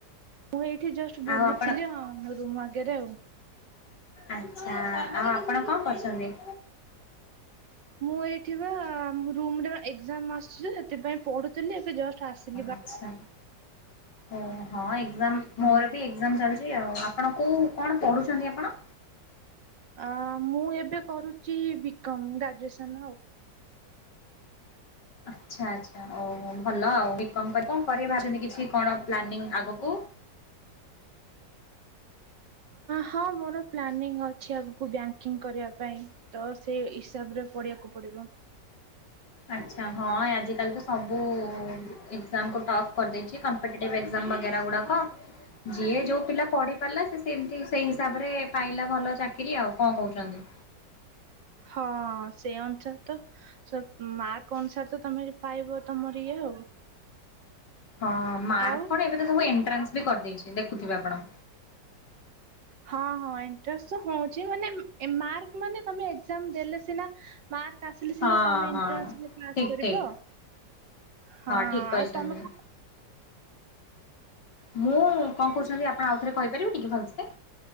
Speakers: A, on the right; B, on the left.
A: ମୁଁ ଏଇଠି ଜଷ୍ଟ ବୁଲୁଥିଲି
B: ଆଉ ଆପଣ
A: ଆଉ ରୁମ୍ ଆଗରେ ଆଉ।
B: ଆଚ୍ଛା ଆଉ ଆପଣ କଣ କରୁଛନ୍ତି?
A: ମୁଁ ଏଇଠି ବା ରୁମରେ ଏକ୍ଜାମ ଆସିଛିି ସେଥିପାଇଁ ପଢୁଥିଲି ଏବେ ଜଷ୍ଟ ଆସିଲି ବା।
B: ଆଚ୍ଛା। ଓ ହଁ ଏଗ୍ଜାମ୍ ମୋର ବି ଏଗ୍ଜାମ୍ ଚାଲିଛି ଆଉ। ଆପଣ କୋଉ କଣ ପଢ଼ୁଛନ୍ତି ଆପଣ?
A: ଅ ମୁଁ ଏବେ କରୁଛି ବିକମ୍ ଗ୍ରାଜୁଏସନ ଆଉ।
B: ଆଛା ଆଛା। ଓହୋ ଭଲ ଆଉ ବିକମ୍ କଣ କରିବା ଭାବିନି କିଛି କଣ ପ୍ଲାନିଂ ଆଗକୁ
A: ହଁ ମୋର ପ୍ଲାନିଂ ଅଛି ଆଗକୁ ବ୍ୟାଙ୍କିଙ୍ଗ କରିବା ପାଇଁ। ତ ସେଇ ହିସାବରେ ପଢ଼ିବାକୁ ପଡ଼ିବ।
B: ଆଛା ହଁ ଆଜିକାଲି ତ ସବୁ ଏକ୍ଜାମକୁ ଟଫ୍ କରିଦେଇଛି କମ୍ ଆଟେଟାଇଭି ର ଏଗ୍ଜାମ ବାଗେରା ଗୁଡ଼କ ଯିଏ ଯୋଉ ପିଲା ପଢି ପାରିଲା ସେ ସେମିତି ସେଇ ହିସାବରେ ପାଇଲା ଭଲ ଚାକିରି ଆଉ କଣ କହୁଛନ୍ତି?
A: ହଁ ସେ ଅନୁସାରେ ତ ମାର୍କ ଅନୁସାରେ ତ ତମେ ପାଇବ ତମର ଇଏ ଆଉ।
B: ହଁ ମାର୍କ
A: ଆଉ
B: କଣ ଏବେ ତ ସବୁ ଏଣ୍ଟ୍ରାନ୍ସ ବି କରିଦେଇଛି ଦେଖୁଥିବେ ଆପଣ?
A: ହଁ ହଁ ଏନ୍ଟ୍ରାନ୍ସତ ହୋଉଛି ମାନେ ମାର୍କ ମାନେ ତମେ ଏ ଗ୍ଜାମ୍ ଦେଲେ ସିନା ମାର୍କ ଆସିଲେ
B: ହଁ
A: ସିନା ତମେ ଏଟ୍ରାନ୍ସ
B: ହଁ
A: ରେ କ୍ଲାସ
B: ଠିକ
A: କରିବ
B: ଠିକ
A: ହଁ
B: ଠିକ କହିଛନ୍ତି।
A: ଆଉ ତମେ କ
B: ମୁଁ କଣ କହୁଛନ୍ତି ଆପଣ ଆଉ ଥରେ କହିପାରିବେ ଟିକେ ଭଲସେ?